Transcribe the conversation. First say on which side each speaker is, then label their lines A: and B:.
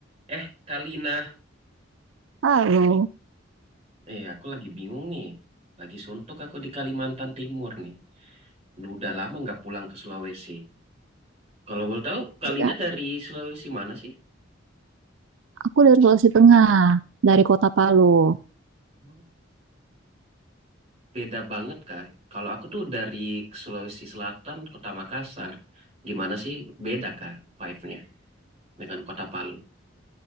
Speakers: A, on the right; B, on the right.
A: Eh, Kalina.
B: Palu.
A: Eh, aku lagi bingung nih. Lagi suntuk aku di Kalimantan Timur nih. Udah lama nggak pulang ke Sulawesi. Kalau boleh tahu, Kalina
B: tidak,
A: dari Sulawesi mana sih?
B: Aku dari Sulawesi Tengah, dari kota Palu.
A: Hmm. Beda banget kah? Kalau aku tuh dari Sulawesi Selatan, Kota Makassar. Gimana sih beda kah vibe-nya dengan Kota Palu?